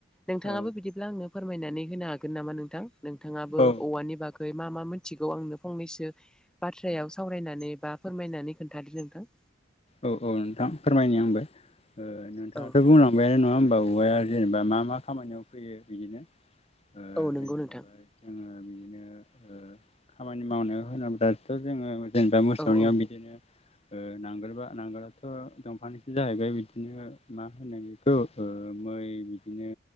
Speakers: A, in the centre; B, on the left.
A: नोंथांङाबो
B: औ
A: बिदिब्ला आंनो फोरमायनानै होनो हागोन नामा नोंथां? नोंथांङाबो
B: औ
A: औवानि बागान यै मा मा मिथिगौ आंनो फंनैसो बाथ्रायाव सावरायनानै बा फोरमायनानै खोन्थादो नोंथां।
B: औ औ नोंथां फोरमायनो आंबो नोंथांङाथ'
A: औ
B: बुंनां औवायानो नंङा होमबा औवाया जेनेबा मा मा खामानियाव फैयो बिदिनो ओ
A: औ नंगौ नोंथां।
B: जोंङो बिदिनो ओ खामानि मावनो होनोब्लाथ' जोंङो जेनेबा मोसौनियाव
A: औ औ
B: बिदिनो ओ नांगोलबा नांगोराथ' दंफांसो जाहैबाय बिदिनो मा होनो बेखौ ओ मै बिदिनो